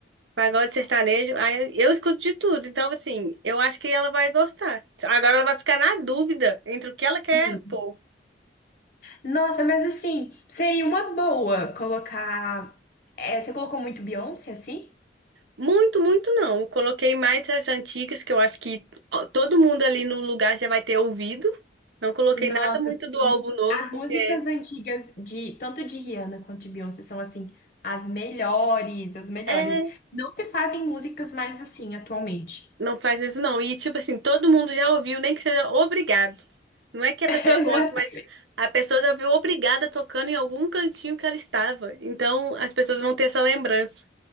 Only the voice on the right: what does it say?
pagode sertanejo. Aí eu escuto de tudo. Então, assim, eu acho que ela vai gostar. Agora ela vai ficar na dúvida entre o que ela quer
pôr.
Muito, muito não. Eu coloquei mais as antigas, que eu acho que ó, todo mundo ali no lugar já vai ter ouvido. Não coloquei
nada muito
do álbum novo,
porque
é,
não faz isso não. E tipo assim, todo mundo já ouviu, nem que seja obrigado. Não é que a
pessoa goste, mas a pessoa já viu obrigada tocando em algum cantinho que ela estava. Então as pessoas vão ter essa lembrança.